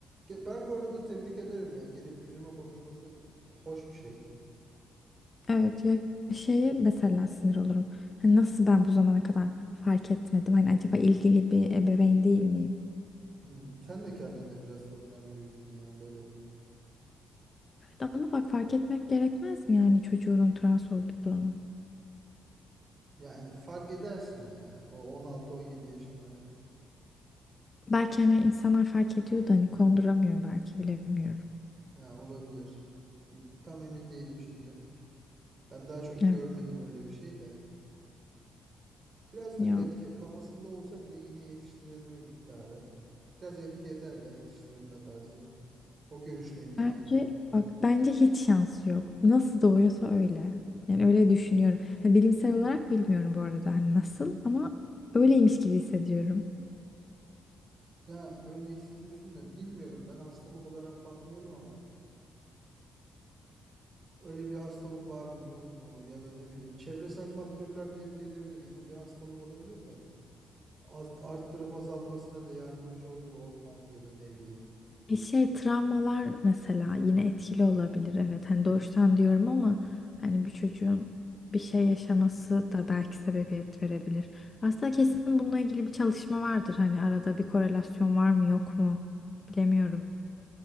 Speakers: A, on the right (about 40°); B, on the left (about 30°).
A: Ge- Ben bu arada tebrik ederim yani gelip yüzüme konuşması hoş bir şey.
B: Evet ya şeyi mesela sinir olurum. Hani nasıl ben bu zamana kadar fark etmedim? Hani acaba ilgili bir ebeveyn değil miyim?
A: Hmm, sen de kendinde biraz sorun arıyor gibisin yani böyle.
B: Evet, ama bak fark etmek gerekmez mi yani çocuğunun trans olduğunu?
A: Yani fark edersin ya o 16-17 yaşında.
B: Belki hani insanlar fark ediyor da hani konduramıyor belki bilemiyorum.
A: Yani olabilir. Bir- Tam emin değilim şimdi. Ben daha çok
B: Evet
A: görmedim öyle bir şey de. Biraz da
B: ya
A: belki kafasında olsa bile yine yetiştirilme miktarı. Biraz etki eder ya yetiştirilme tarzı. O görüşteyim yani
B: bence
A: ben.
B: bak bence hiç şansı yok. Nasıl doğuyorsa öyle. Yani öyle düşünüyorum. Hani bilimsel olarak bilmiyorum bu arada hani nasıl ama öyleymiş gibi hissediyorum.
A: Ya öyle hissediyorsun da bilmiyorum ben hastalık olarak bakmıyorum ama öyle bir hastalık var mı yok mu ya da ne bileyim çevresel faktörler de etki edebilir. Yine bir hastalık olabilir de az, arttırıp azalmasına da yardımcı olur olmaz ya da ne bileyim.
B: E şey travmalar mesela yine etkili olabilir. Evet hani doğuştan diyorum ama hani bir çocuğun bir şey yaşaması da belki sebebiyet verebilir. Aslında kesin bununla ilgili bir çalışma vardır. Hani arada bir korelasyon var mı yok mu bilemiyorum.